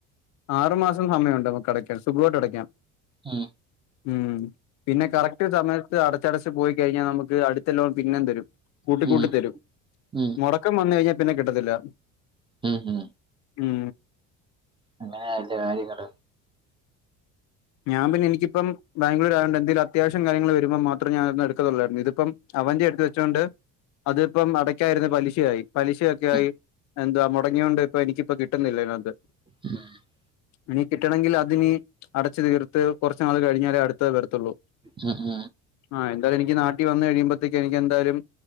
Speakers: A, on the left; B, on the right.
A: ആറു മാസം സമയമണ്ട് നമുക്കടക്കാൻ സുഖമായിട്ട് അടക്കാം.
B: മ്
A: ഉം പിന്നെ കറക്റ്റ് സമയത്ത് അടച്ചടച്ച് പോയി കഴിഞ്ഞാൽ നമുക്ക് അടു ലോൺ പിന്നെ തരും കൂട്ടിക്കൂട്ടി
B: ഉം ഉം
A: തരും
B: ഉം
A: മുടക്കം വന്ന്കഴിഞ്ഞാൽ പിന്നെ കിട്ടത്തില്ല.
B: ഉം ഹം
A: ഉം
B: അങ്ങനെയ ല്ലെ കാര്യങ്ങൾ.
A: ഞാൻ പിന്നെനിക്കപ്പ ബാംഗ്ലൂർ ആയോണ്ട് എന്തെങ്കിലും അത്യാവശ്യം കാര്യങ്ങൾ വരുമ്പോ മാത്രം ഞാനന്ന് എടുക്ക തൊള്ളായിരുന്നു ഇതിപ്പം. അവൻ്റെയടുത്ത് വെച്ചോണ്ട് അതിപ്പം അടക്കായിരുന്നു പലിശയായി. പലിശൊക്കെ
B: ഉം
A: ആയി എന്തുവാ മുടങ്ങൊണ്ട് ഇപ്പ എനിക്കിപ്പോ കിട്ടുന്നില്ല ഇതിനാത്ത്.
B: <unintelligible>
A: ഇനി കിട്ടണെങ്കിൽ അത്നിനി അടച്ച് തീർത്ത് കുറച്ച് നാൾ കഴിഞ്ഞാലേ അടുത്തേ വരത്തുള്ളൂ.
B: ഉം ഉം
A: ആ് എന്തായാലും എനിക്ക് നാട്ടിൽ വന്ന് കഴിയുമ്പോഴത്തേക്ക് എനിക്ക് എന്തായാലും.